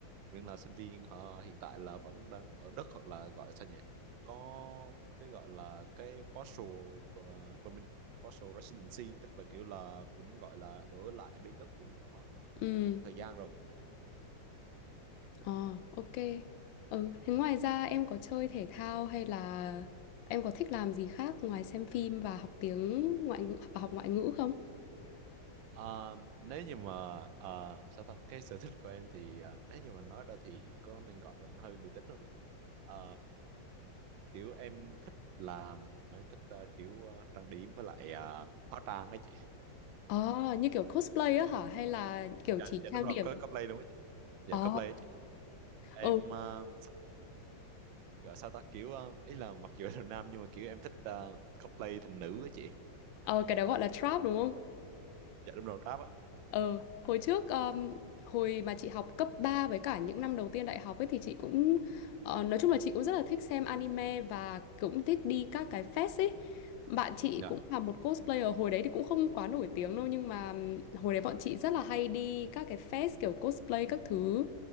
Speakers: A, on the right (about 80°); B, on the left (about 80°).
A: miễn là sinh viên họ hiện tại là vẫn đang ở Đức hoặc là gọi là sao nhỉ có cái gọi là cái postal và permanent postal residency tức là kiểu là cũng gọi là ở lại bên Đức cũng
B: Ừ.
A: thời gian rồi
B: Ờ, ok. Ừ, thế ngoài ra em có chơi thể thao hay là em có thích làm gì khác ngoài xem phim và học tiếng ngoại ngữ và học ngoại ngữ không?
A: À, nếu như mà à, sao ta cái sở thích của em thì à, nếu như mà nói ra thì có nên gọi là hơi nữ tính không nhỉ À, kiểu em thích làm em thích à, kiểu à, trang điểm với lại à, hóa trang ấy chị
B: Ờ, như kiểu cosplay á hả? Hay là kiểu
A: dạ
B: chỉ
A: dạ
B: trang
A: đúng rồi
B: điểm?
A: có cosplay đúng không chị dạ
B: Ờ,
A: cosplay ấy chị em
B: ừ,
A: uh, gọi sao ta kiểu ờ, ý là mặc dù là nam nhưng mà kiểu em thích ờ, cosplay thành nữ á chị
B: ờ, cái đó gọi là trap đúng không?
A: dạ đúng rồi rap á
B: Ờ, hồi trước um, hồi mà chị học cấp 3 với cả những năm đầu tiên đại học ấy thì chị cũng ờ, nói chung là chị cũng rất là thích xem anime và cũng thích đi các cái fest ấy. Bạn chị
A: Dạ.
B: cũng là một cosplayer hồi đấy thì cũng không quá nổi tiếng đâu nhưng mà ừm, hồi đấy bọn chị rất là hay đi các cái fest kiểu cosplay các thứ.